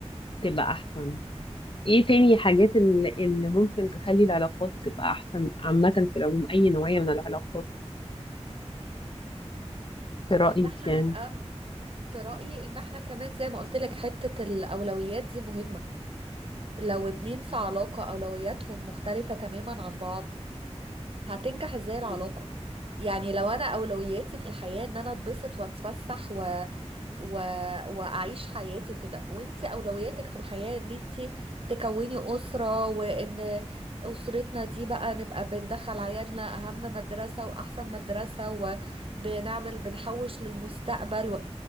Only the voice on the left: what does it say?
تبقى أحسن إيه تاني حاجات اللي اللي ممكن تخلي العلاقات تبقى أحسن عامة في العموم أي نوعية من العلاقات في رأيك
يعني
مم.